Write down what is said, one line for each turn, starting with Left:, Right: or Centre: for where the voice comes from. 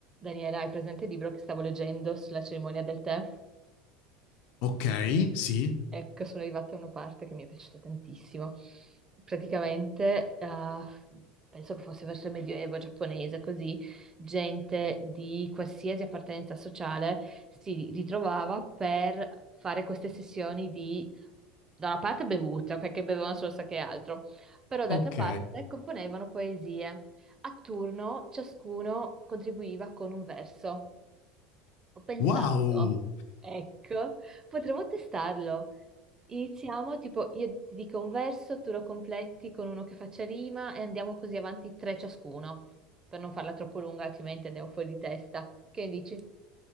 Right: Daniela, hai presente il libro che stavo leggendo sulla cerimonia del tè?
Left: Ok, sì,
Right: Ecco, sono arrivata a una parte che mi è piaciuta tantissimo. Praticamente, ah, penso che fosse verso il Medioevo giapponese, così, gente di qualsiasi appartenenza sociale si ritrovava per fare queste sessioni di, da una parte bevuta, perché bevevano solo sake e altro, però d'altra
Left: ok.
Right: parte componevano poesie. A turno ciascuno contribuiva con un verso. Ho pensato,
Left: Wow!
Right: ecco, potremmo testarlo. Iniziamo, tipo, io ti dico un verso, tu lo completi con uno che faccia rima e andiamo così avanti tre ciascuno, per non farla troppo lunga, altrimenti andiamo fuori di testa. Che ne dici?